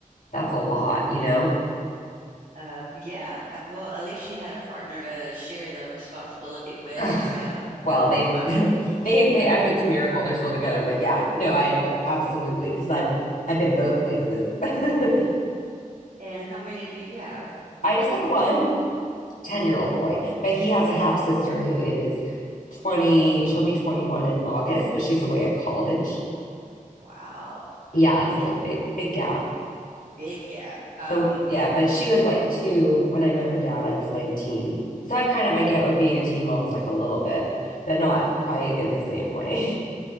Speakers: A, on the left (about 75°); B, on the right (about 80°).
A: That's a lot, you know.
B: Uh, yeah, I- well, at least she had a partner to share the responsibility with.
A: Ugh,
B: I um
A: well
B: had
A: they
B: my,
A: <laughs> they they I mean, it's a miracle they're still together but yeah no I uh, absolutely because I've I've been both places <laughs> I
B: and how many do you have?
A: just have one ten year old boy but he has a half sister who is 20 she'll be 21 in August but she's away at college
B: Wow,
A: yeah
B: the
A: so big big gap
B: big gap. Um,
A: so yeah but she was like two when I met her dad I was 19 so I kind of
B: Oh.
A: I get what being a teen mom's like a little bit but not quite in the same way